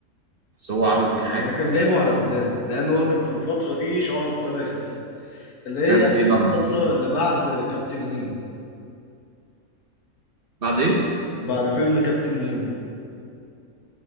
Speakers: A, on the right; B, on the left.
A: بس هو عامل فيه حاجه
B: يبقى كان جايبه على قدام لان هو كان في الفتره دي شعره ابتدى يخف اللي هي
A: كان فيه لمعه
B: الفتره
A: كده
B: اللي بعد كابتن هيما
A: بعد ايه
B: بعد فيلم كابتن هيما